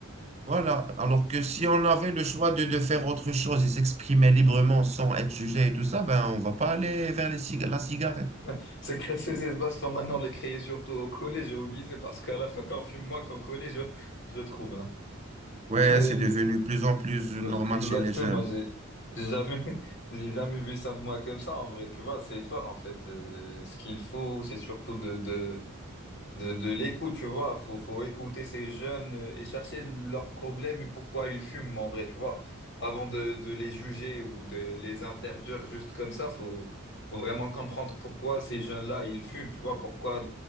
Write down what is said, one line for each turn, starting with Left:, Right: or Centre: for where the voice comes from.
Right: voilà, alors que si on avait le choix de, de faire autre chose et s'exprimer librement sans être jugé et tout ça, ben, on va pas aller vers les cig- la cigarette.
Left: <laughs> Ces, cré- ces espaces sont maintenant les créés surtout au collège et au lycée parce qu'à la fin, quand on fume moi, qu'en collège, je, je trouve, hein.
Right: Ouais,
Left: <laughs>
Right: c'est devenu plus en plus normal
Left: Euh, Exactement,
Right: chez les jeunes.
Left: j'ai j'ai jamais, <laughs> j'ai jamais vu ça moi comme ça en vrai, tu vois, c'est fort en fait. Euh, ce qu'il faut, c'est surtout de, de, de, de l'écoute, tu vois, faut, faut écouter ces jeunes euh, et chercher leurs problèmes et pourquoi ils fument en vrai, tu vois. Avant de, de les juger ou de les interdire juste comme ça, faut, faut vraiment comprendre pourquoi ces jeunes-là, ils fument, tu vois, pourquoi